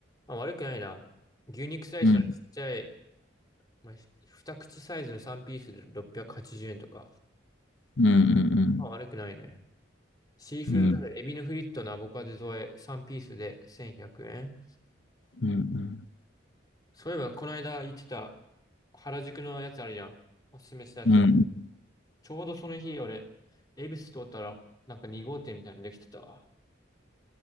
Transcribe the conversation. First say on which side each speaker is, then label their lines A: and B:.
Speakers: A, on the left (about 20°); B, on the left (about 70°).
A: まあ、悪くないな。牛肉サイズのちっちゃい、
B: うん
A: まあ、ひ二口サイズの3ピースで680円とか。
B: うんうん
A: まあ、悪くないね。シーフード鍋、
B: うん。うん
A: エビのフリットのアボカド添え、3ピースで1100円。
B: うんうん。
A: そういえば、この間言ってた原宿のやつあるじゃん。おすすめしたやつ。
B: うん
A: ちょうどその日、俺、恵比寿通ったら、なんか2号店みたいなのできてたわ。